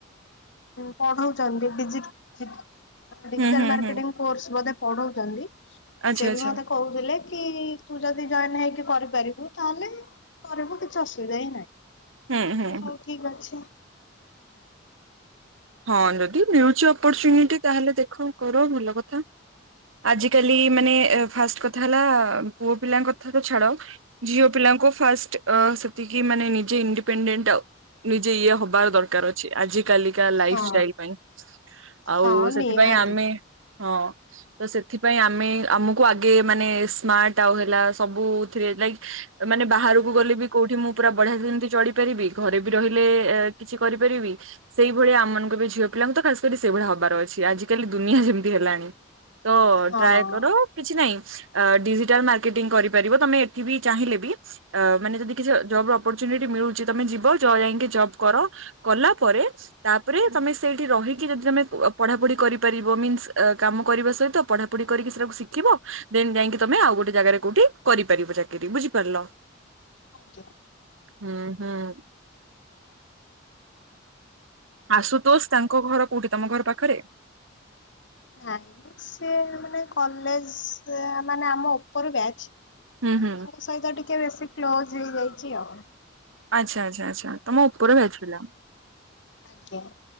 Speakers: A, on the left (about 65°); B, on the right (about 85°).
A: ପଢଉଛନ୍ତି ପି, ଜି। ଡିଜିଟାଲ
B: ହୁଁ ହୁଁ
A: ମାର୍କେଟିଙ୍ଗ୍
B: ହୁଁ
A: କୋର୍ସ ବୋଧେ ପଢ଼ଉଛନ୍ତି
B: ଆଚ୍ଛା
A: ସେ
B: ଆଚ୍ଛା
A: ବି ମତେ କହୁଥିଲେ କି ତୁ ଯଦି ଜଏନ୍ <unintelligible> କରିପାରିବୁ ତାହେଲେ କରିବୁ କିଛି ଅସୁବିଧା ହିଁ ନାହିଁ
B: ହୁଁ ହୁଁ ହୁଁ
A: ହଉ ଠିକ୍ ଅଛି।
B: ହଁ ଯଦି ମିଳୁଛି ଅପରଚୁନିଟି ତାହେଲେ ଦେଖ କର ଭଲ କଥା। ଆଜ କାଲି ମାନେ ଫାଷ୍ଟ୍ କଥା ହେଲା ପୁଅ ପିଲାଙ୍କ କଥା ତ ଛାଡ଼। ଝିଅ ପିଲାଙ୍କୁ ଫାଷ୍ଟ୍ ସେତିକି ମାନେ ନିଜେ ‍ ଇଣ୍ଡିପେଣ୍ଡେଣ୍ଟ୍ ନିଜେ ଇଏ ହବ। ହେବା ଦରକାର ଅଛି ଆଜି କାଲି ଲାଇଫ୍
A: ହଁ
B: ଷ୍ଟାଇଲ୍ ପାଇଁ ଆଉ
A: ହଁ
B: ସେଥିପାଇଁ
A: ନିହାତି
B: ଆମେ ହଁ ତ ସେଥିପାଇଁ ଆମେ ଆମକୁ ଆଗେ ମାନେ ସ୍ମାର୍ଟ ଆଉ ହେଲା ସବୁଥିରେ ଲ ମାନେ ବାହାରକୁ ଗଲେ ବି କୋଉଠି ମୁଁ ପୁରା ବଢିଆ ଯେମିତି ଚଢପାରିବି ଘରେ ବି ରହିଲେ କିଛି କିଛି କରିପାରିବି। ସେଇଭଳିଆମମାନଙ୍କୁ ଏବେ ଝିଅ ପିଲାଙ୍କୁ ତ ଖାସ କରି ସେଇଭଳିଆ ହବାର ଅଛି ଆଜିିକାଲି ଦୁନିଆ ଯେମିତି ହେଲାଣି। ତ
A: ହଁ
B: ଟ୍ରାଏ
A: ଆଜ୍ଞା।
B: କର କିଛି ନାହିଁ। ଅ ଡିଜିଟାଲ ମାର୍କେଟିଙ୍ଗ କରିପାରିବ ତମେ ଏଠି ବି ଚାହିଁଲେ ବି ମାନେ ଯଦି କିଛି ଜବ ଅପର୍ ଚୁନି ଏଠି ମିଳୁଛି ତମେ ଯିବ ଯାଇକି ଜବ୍ କର କଲା ପରେ ତାପରେ ତମେ ସେଇଠି ରହିକି ଯଦି ତମେ ପଢାପଢି କରିପାରିବ ମିନ୍ସ କାମ କରିବା ସହିତ ପ ପଢ଼ା ପଢ଼ି କରିକି ଶିଖିବ ଦେନ ଯାଇକି ତମେ ଆଉ ଗୋଟେ ଜାଗାରେ କୋଉଠି କରିପାରିବ ଚାକିରି ବୁଝିପାରିଲ।
A: ଆଜ୍ଞା।
B: ହୁଁ ହୁଁ। ଆଶୁତୋଷ ତାଙ୍କ ଘର କୋଉଠି ତମ ଘର ପାଖରେ?
A: ନାଇ ମ ସେ ମାନେ କଲେଜ ମାନେ ଆମ ଉପର ବ୍ୟାଚ୍। ତାଙ୍କ
B: ହୁଁ ହୁଁ
A: ସହିତ ଟିକେ ବେଶୀ କ୍ଲୋଜ ହେଇଯାଇଛି ଆଉ।
B: ଆଚ୍ଛା ଆଚ୍ଛା ଆଚ୍ଛା ତମ ଉପର ବ୍ୟାଚ୍ଚ ପିଲା।
A: ଆଜ୍ଞା।